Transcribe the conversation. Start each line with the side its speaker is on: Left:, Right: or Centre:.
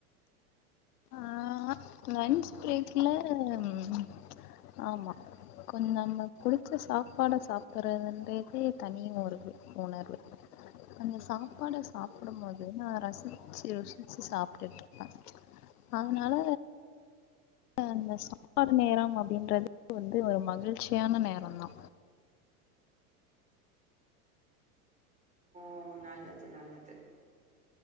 Left: ஆ லன்ச் பிரேக்ல ம் ஆம்மா கொஞ்சோ நம்ம புடுச்ச சாப்பாட சாப்ட்றதுன்றதே தனி ஒருது உணர்வு அந்த சாப்பாட சாப்டும்போது நா ரசிச்சு ருசிச்சு சாப் புட்டு <unintelligible> அதனால அப்றோ அந்த சாப்பாடு நேரம் அப்டின்றது வந்து ஒரு மகிழ்ச்சியான நேரந்தா
Right: ஓ நல்லது நல்லது